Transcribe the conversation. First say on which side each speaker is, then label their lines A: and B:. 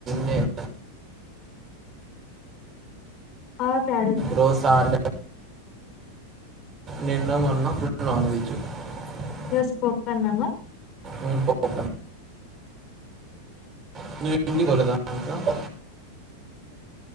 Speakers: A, on the right; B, on the left.
A: నేను
B: ఆ ప్యాడడి <unintelligible>
A: రోజు సార్ నిన్న అన్న ప నన్ వెజు <unintelligible>
B: ఈరోజు పప్పన్నం మా
A: ఉం ప బ <unintelligible>